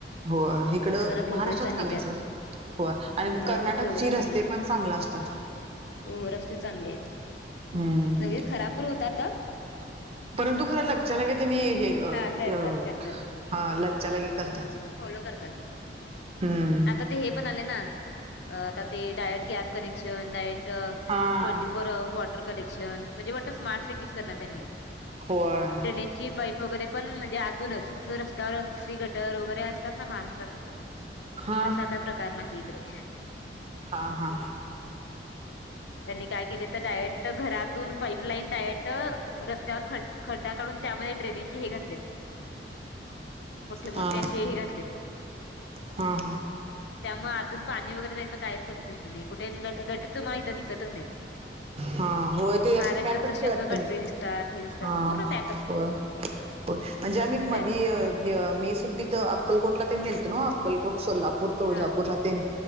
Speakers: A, on the right; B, on the left.
A: हो. इकडं
B: इथं जरा प्रोग्रेस
A: महाराष्ट्रात कमी
B: जास्त
A: आहे सोड. होय आणि
B: हो
A: कर्नाटकची
B: इथे प्रोग्रेस
A: रस्ते-
B: आहे.
A: -स्ते पण चांगलं असतात.
B: हो. हो. रस्ते चांगलेहेत.
A: हम्म
B: तरी खराब पण होताात.
A: परंतु खरं लगच्यालगे त्यांनी हे- अ.
B: हा करतात करतात
A: हा- लगच्यालगे करतात.
B: फॉलो करतात.
A: हम्म.
B: आता ते हे पण आले ना, अ आता ते डायरेक्ट गॅस कनेक्शन डायरेक्ट,
A: हा
B: ट्वेंटी पर वॉटर कलेक्शन म्हणजे वाट स्मार्ट सिटीज करणार त्यांनी,
A: होय
B: ड्रेनेजची पाईप वगैरे पण म्हणजे आतूनच असं रस्त्यावर सी गटर वगैरे असतात ना महाराष्ट्रात.
A: हा
B: तसा काय प्रकार नाही इकडे.
A: हा हा.
B: त्यांनी काय केलय त डायरेक्ट घरातून पाईपलाईन डायरेक्ट रस्त्यावर फट खड्डा काढून त्यामध्ये ड्रेनेजचे हे घातल्यात. मोठे
A: हा,
B: असे हे घातलेत
A: हा हा.
B: त्यामुळे आतून पाणी वगैरे जायचा काहीच प्रश्न नाही कुठे गटरी तुम्हाला इथं दिसतच नाहीत.
A: हा होय ते असं
B: महाराष्ट्रात
A: पॅकच
B: कसे
A: केल्यात,
B: असं गटरी दिसतात हे दिसतात
A: हा,
B: पूर्ण पॅकच
A: होय. प, म्हणजे आम्ही
B: पूर्ण
A: मधीय
B: पॅकच
A: य मे सुट्टीत अक्कलकोटला तेन गेलतो नव अक्कलकोट सोलापूर, तुळजापूरला
B: हा
A: तेन.